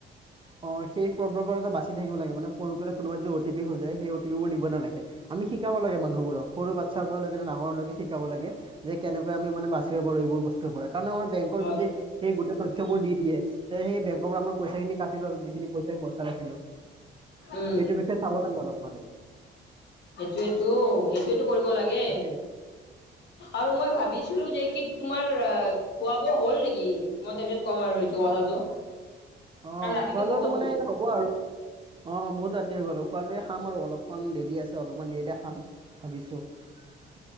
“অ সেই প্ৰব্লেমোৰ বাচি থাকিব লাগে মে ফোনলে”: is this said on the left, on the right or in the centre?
Right